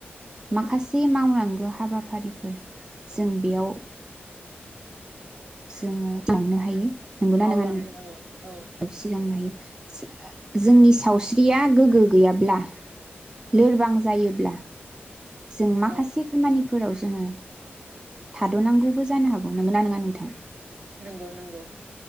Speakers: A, on the right; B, on the right.
A: माखासे मावनांगो हाबाफारिफोर जों बेयाव जोङो थांनो हायो। नंगौना
B: मावलाङो
A: नङा नोंथां
B: औ ओ
A: सिगांनो हायो <unintelligible> जोंनि सावस्रिया गोगो गैयाब्ला लोरबां जायोब्ला जों माखासे
B: औ
A: खामानि फोराव जोङो थादनांगौबो जानो हागौ नोंगौ ना नोङा नोंथां?
B: नोंगौ नोंगौ।